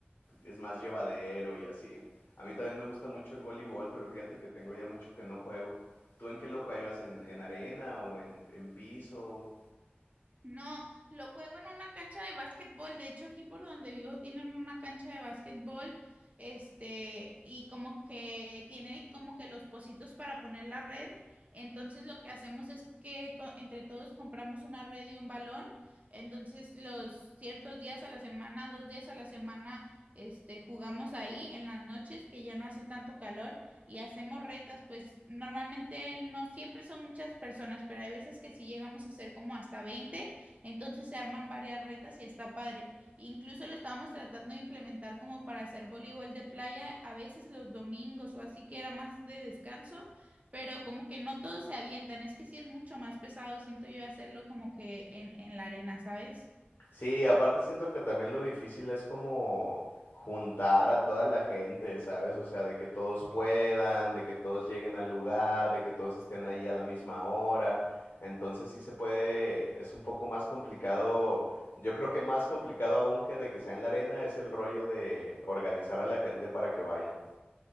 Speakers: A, on the left; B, on the right.
A: es más llevadero y así. A mí también me gusta mucho el voleibol, pero fíjate que tengo ya mucho que no juego. ¿Tú en qué lo juegas? ¿En, en arena o en, en piso?
B: No, lo juego en una cancha de básquetbol. De hecho, aquí por donde vivo tienen una cancha de básquetbol. Este, y como que tiene como que los pocitos para poner la red. Entonces, lo que hacemos es que co- entre todos compramos una red y un balón. Entonces, los ciertos días a la semana, dos días a la semana, este, jugamos ahí en las noches, que ya no hace tanto calor, y hacemos retas. Pues normalmente no siempre son muchas personas, pero hay veces que sí llegamos a ser como hasta 20. Entonces se arman varias retas y está padre. Incluso lo estábamos tratando de implementar como para hacer voleibol de playa a veces los domingos o así que era más de descanso, pero como que no todos se avientan. Es que sí es mucho más pesado, siento yo, hacerlo como que en, en la arena, ¿sabes?
A: Sí, aparte siento que también lo difícil es como juntar a toda la gente, ¿sabes? O sea, de que todos puedan, de que todos lleguen al lugar, de que todos estén ahí a la misma hora. Entonces sí se puede, es un poco más complicado, yo creo que más complicado aún que de que sea en la arena es el rollo de organizar a la gente para que vayan.